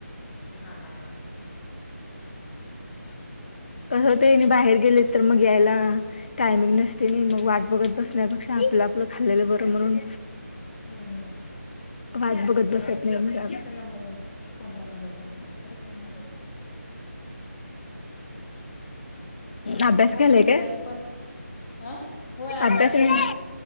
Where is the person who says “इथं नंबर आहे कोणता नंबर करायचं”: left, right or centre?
Left